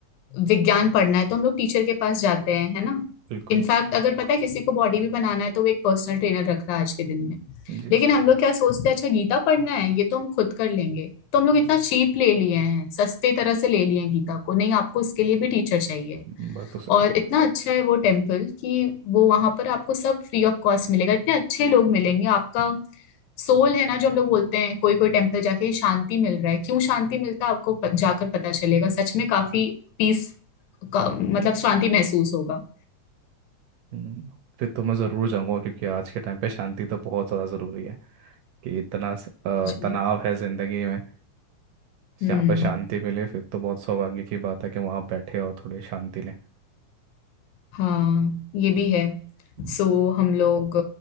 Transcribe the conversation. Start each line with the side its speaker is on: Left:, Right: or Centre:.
Left: विज्ञान पढ़ना है तो हम लोग टीचर के पास जाते हैं है ना
Right: बिल्कुल
Left: इनफैक्ट अगर पता है किसी को बॉडी भी बनाना है तो वो एक पर्सनल ट्रेनर रख रहा है आज के दिन में
Right: जी
Left: लेकिन हम लोग क्या सोचते हैं अच्छा गीता पढ़ना है ये तो हम खुद कर लेंगे तो हम लोग इतना चीप ले लिए हैं सस्ते तरह से ले लिए हैं गीता को नहीं आपको इसके लिए भी टीचर चाहिए
Right: हम्म, बात तो सही
Left: और
Right: है
Left: इतना अच्छा है वो टेम्पल कि वो वहां पर आपको सब फ्री ऑफ कॉस्ट मिलेगा इतने अच्छे लोग मिलेंगे आपका सोल है ना जो हम लोग बोलते हैं कोई कोई टेम्पल जाके ये शांति मिल रहा है क्यों शांति मिलता है आपको प, जाकर पता चलेगा सच में काफी पीस का, मतलब शांति महसूस होगा
Right: हम्म, फिर तो मैं ज़रूर जाऊंगा क्योंकि आज के टाइम पे शांति तो बहुत ज़्यादा ज़रूरी है कि इतना स- अ,
Left: सच में
Right: तनाव है ज़िंदगी में
Left: हम्म
Right: जहाँ पे शांति मिले फिर तो बहुत सौभाग्य की बात है कि वहाँ आप बैठे और थोड़ी शांति लें
Left: हाँ ये भी है
Right: हम्म,
Left: सो हम लोग